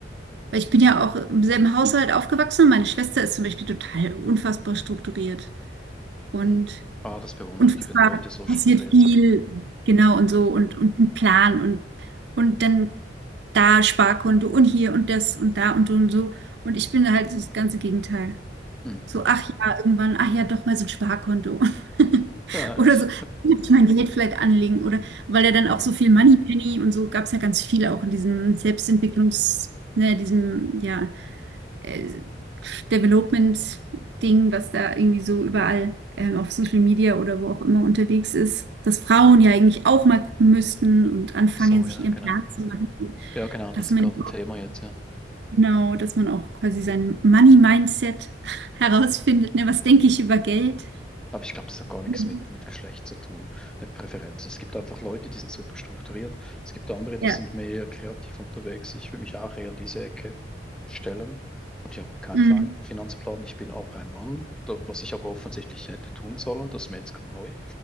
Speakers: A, on the right (about 65°); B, in the centre.
A: weil ich bin ja auch im selben Haushalt aufgewachsen und meine Schwester ist zum Beispiel total unfassbar strukturiert und
B: mhm. Ah, das bewundere
A: unfassbar
B: ich, wenn Leute so
A: passiert
B: strukturiert
A: viel,
B: sind.
A: genau und so und, und ein Plan und, und dann da Sparkonto und hier und das und da und so und so. Und ich bin halt so das ganze Gegenteil.
B: Hm.
A: So, ach ja, irgendwann, ach ja, doch mal so ein Sparkonto. <laughs>
B: <laughs>
A: Oder
B: Ja.
A: so, will ich mein Geld vielleicht anlegen. Oder weil er dann
B: Ja.
A: auch so viel Moneypenny und so gab es ja ganz viele auch in diesem Selbstentwicklungs, ne, diesem, ja, äh, Development-Ding, was da irgendwie so überall ähm, auf Social Media oder wo auch immer unterwegs ist, dass Frauen ja eigentlich auch mal gucken müssten und anfangen,
B: Ach so,
A: sich
B: ja,
A: ihren
B: genau.
A: Plan zu machen,
B: Ja, genau,
A: dass
B: das ist
A: man
B: gerade ein Thema jetzt, ja.
A: Genau, dass man auch quasi sein Money-Mindset <laughs> herausfindet. Ne? Was denke ich über Geld?
B: Aber ich glaube, das hat gar nichts
A: Mhm.
B: mit, mit Geschlecht zu tun, eine Präferenz. Es gibt einfach Leute, die sind super strukturiert. Es gibt andere, die
A: Ja.
B: sind mehr kreativ unterwegs. Ich will mich auch eher in diese Ecke stellen. Und ich habe keinen
A: Mhm.
B: Fin- Finanzplan. Ich bin aber ein Mann, da- was ich aber offensichtlich hätte tun sollen. Das ist mir jetzt ganz neu.